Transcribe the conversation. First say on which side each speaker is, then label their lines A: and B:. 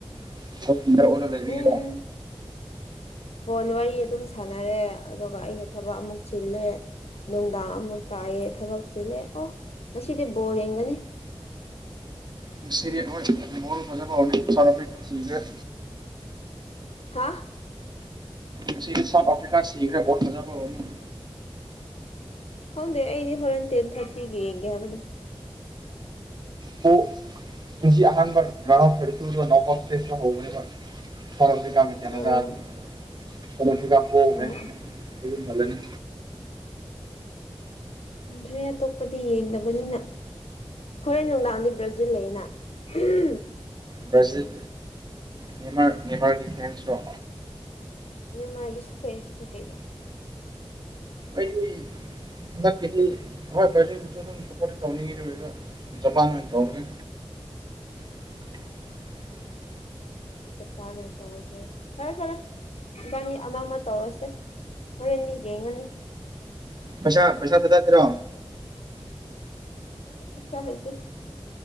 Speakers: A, on the right; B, on the left.
A: <unintelligible> ꯑꯣꯏꯅ ꯂꯩꯕꯤꯒꯤꯔꯣ
B: ꯎꯝ ꯐꯣꯟ ꯋꯥꯔꯤ ꯑꯗꯨꯝ ꯁꯥꯟꯅꯔꯦ ꯑꯗꯨꯒ ꯑꯩꯅ ꯊꯥꯕꯛ ꯑꯃꯨꯛ ꯆꯤꯜꯂꯦ ꯅꯨꯡꯗꯥꯡ ꯑꯃꯨꯛ ꯇꯥꯏꯌꯦ ꯊꯥꯕꯛ ꯆꯤꯜꯂꯦ ꯑꯣ ꯉꯁꯤꯗꯤ ꯕꯣꯜ ꯌꯦꯡꯒꯅꯤ
A: ꯉꯁꯤꯔꯤ ꯍꯣꯏ ꯕꯣꯜ ꯐꯥꯖꯕ ꯍꯧꯔꯅꯤ ꯁꯥꯟꯅꯕ ꯁꯤꯡꯁꯦ
B: ꯍꯥ
A: ꯉꯁꯤꯗꯤ ꯁꯥꯎꯠ ꯑꯐ꯭ꯔꯤꯀ ꯁꯤꯈ꯭ꯔꯦ <unintelligible>
B: ꯈꯪꯗꯦ ꯑꯩꯗꯤ ꯍꯣꯔꯦꯟ ꯇꯦꯟ ꯊꯥꯔꯇꯤꯒ ꯌꯦꯡꯒꯦ ꯍꯥꯏꯕꯅꯦ
A: ꯄꯣ ꯉꯁꯤ ꯑꯍꯥꯟꯕ <unintelligible> ꯍꯧꯕꯅꯦꯕ ꯑꯐꯔꯤꯀꯥ <unintelligible>
B: ꯑꯣ
A: ꯐꯔꯁꯤ ꯄꯣꯒ꯭ꯔꯦ
B: ꯑꯣ
A: ꯌꯨꯝ ꯍꯜꯂꯅꯤ
B: ꯗ꯭ꯔꯦ ꯑꯇꯣꯞꯄꯗꯤ ꯌꯦꯡꯗꯕꯅꯤꯅ ꯍꯣꯔꯦꯟ ꯅꯨꯡꯗꯥꯡꯗꯤ ꯕ꯭ꯔꯥꯖꯤꯜ ꯂꯩꯌꯦꯅ <unintelligible>
A: ꯕ꯭ꯔꯥꯖꯤꯜ ꯅꯪꯃ ꯅ꯭ꯌꯃꯥꯔꯛꯀꯤ ꯐ꯭ꯔꯦꯟꯁꯂꯣ
B: ꯅꯦꯃꯥꯔꯒꯤꯁꯨ ꯐꯦꯁꯅꯤ ꯀꯩꯅꯣ
A: ꯑꯩꯗꯤ ꯍꯟꯗꯛꯀꯤꯗꯤ ꯕ‍꯭ꯔꯥꯖꯤꯝꯁꯨ ꯑꯗꯨꯝ ꯁꯞꯄꯣꯠ ꯇꯧꯅꯤꯡꯉꯤ ꯖꯄꯥꯟ ꯑꯣꯏꯅ ꯇꯧꯔꯅꯤ <inaudible>
B: ꯆꯖꯄꯥꯟ ꯑꯣꯏꯅ ꯇꯧꯔꯒꯦ ꯐꯥꯔꯦ ꯐꯥꯔꯦ ꯏꯕꯥꯟꯅꯤ ꯑꯃꯥ ꯑꯃꯥ ꯇꯧꯔꯁꯦ ꯍꯣꯔꯦꯟꯅꯤ ꯌꯦꯡꯉꯅꯤ
A: ꯄꯩꯁꯥ ꯄꯩꯁꯥ ꯊꯥꯗꯠꯇꯔꯣ
B: ꯄꯩꯁꯥ ꯂꯩꯇꯦ